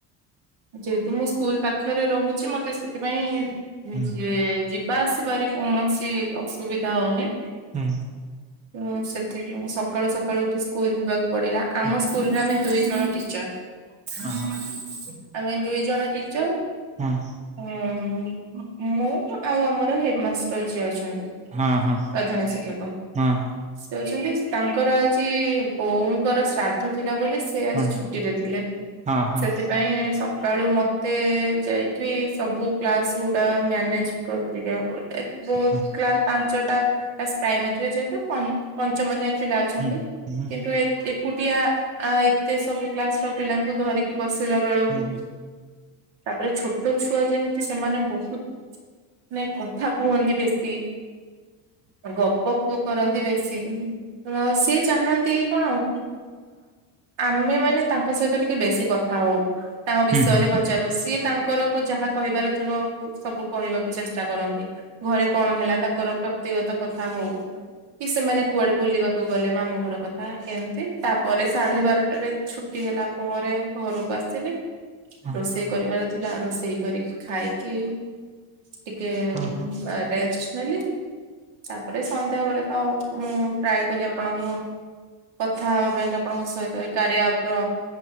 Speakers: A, on the right; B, on the right.
A: ଯେହେତୁ ମୁଁ ସ୍କୁଲ ପାଖରେ ରହୁଛି ମତେ ସେଥିପାଇଁ
B: ହଁ
A: ଯଏ ଯିବା ଆସିବାରେ କୌଣସି ଅସୁବିଧା ହଉନି।
B: ହୁଁ।
A: ତ ସେଥିପାଇଁ ସକାଳୁ ସକାଳୁ ସ୍କୁଲ ଯିବାକୁ ପଡିଲା ଆମ
B: ହୁଁ
A: ସ୍କୁଲ ରେ ଆମେ ଦୁଇ ଜଣ ଟିଚର।
B: ହଁ ହଁ
A: ଆମେ ଦୁଇ ଜଣ ଟିଚର।
B: ହଁ।
A: ହୁଁ ମୁଁ ଆଉ ଆମର ହେଡମାଷ୍ଟର ଯିଏ ଅଛନ୍ତି।
B: ହଁ ହଁ
A: ପ୍ରଧାନ ଶିକ୍ଷକ।
B: ହଁ
A: ସେ ଅଛନ୍ତି ତାଙ୍କର ଆଜି ବୋଉଙ୍କର ଶ୍ରାଦ୍ଧ ଥିଲା ବୋଲି ସେ ସେ ଆଜି
B: ହଁ
A: ଛୁଟିରେ ଥିଲେ
B: ହଁ ହଁ
A: ସେଥିପାଇଁ ସକାଳୁ ମତେ ଯାଇକି ସବୁ କ୍ଲାସ ଗୁଡା ମ୍ୟାନେଜ କର <unintelligible> ବହୁତ
B: ହଁ
A: କ୍ଲାସ ପାଞ୍ଚଟା କ୍ଲାସ ପ୍ରାଇମେରୀରେ ଯେହେତୁ ପ ପଞ୍ଚମ ଯାଏ ପିଲା ଅଛନ୍ତି
B: ହୁଁ ହୁଁ
A: କିନ୍ତୁ ଏକୁଟିଆ ଆ ଏତେ ସବୁ କ୍ଲାସ ର ପିଲାଙ୍କୁ ଧରିକି ବସିଲା ବେଳକୁ
B: ହୁଁ
A: ତାପରେ ଛୋଟ ଛୁଆ ଯେହେତୁ ସେମାନେ ବହୁତ ମାନେ କଥା କୁହନ୍ତି ବେଶି ଗପ କୁ କରନ୍ତି ବେଶୀ। ସିଏ ଚାହାନ୍ତି କି କଣ ଉଁ ଆମେ ମାନେ ତାଙ୍କ ସହିତ ଟିକେ ବେଶୀ କଥା ଥାଉ ତାଙ୍କ ବିଷୟରେ
B: ହୁଁ ହୁଁ ହୁଁ ହୁଁ
A: ପଚାରୁ ସିଏ ତାଙ୍କର ଯାହା କହିବାର ଥିବ ସବୁ କହିବାକୁ ଚେଷ୍ଟା କରନ୍ତି ଘରେ କଣ ହେଲା ତାଙ୍କର ବ୍ୟକ୍ତିଗତ କଥା ହଉ। କି ସେମାନେ କୁଆଡେ ବୁଲିବା କୁ ଗଲେ ମାମୁଁ ଘର କଥା ଏମିତି ତାପରେ ସାଢେ ବାରଟାରେ ଛୁଟି ହେଲା ପରେ ଘରକୁ ଆସିବି।
B: ହୁଁ
A: ରୋଷେଇ କରିବାର ଥିଲା ରୋଷେଇ କରିକି ଖାଇକି ଟିକେ
B: ହୁଁ
A: ରେଷ୍ଟ ନେଲି ତାପରେ ସନ୍ଧ୍ୟା ବେଳେ ତ ମୁଁ ଟ୍ରାଏ କଲି ଆପଣଙ୍କୁ କଥା ହବା ପାଇଁ କା ଆପଣଙ୍କ ସହିତ ଏ କାରିଆ ଆପ୍ ର